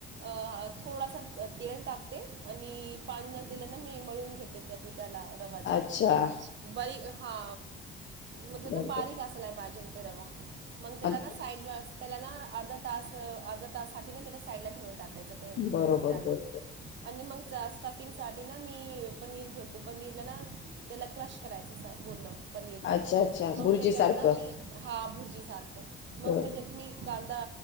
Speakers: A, on the right; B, on the left.
A: अं थोडासा तेल टाकते आणि पाणी आणि तेलान मी मळून घेते ते पिठ. त्याला रवाच
B: अच्छा
A: बरी हा. म्हटल
B: बर
A: ना बारीक
B: बर
A: असायला पाहिजे ते रवा मग त्याला
B: आणि
A: ना साईड न असं. त्याला ना अर्धा तास अर्धा तासासाठी ना त्याच्या साईडला ठेवून टाक. त्याच ते
B: बरोबर
A: पिठाला.
B: बरोबर
A: आणि मग जा स्टफिंगसाठी ना मी पनीर घेते पनीरला ना त्याला क्रश करायचं असं पूर्ण. पनीरला
B: अच्छा अच्छा
A: मग
B: भुर्जी
A: त्याच्यात
B: सारखं
A: ना मी हा भुर्जी सारख मग
B: बर
A: त्याच्यात मी. कांदा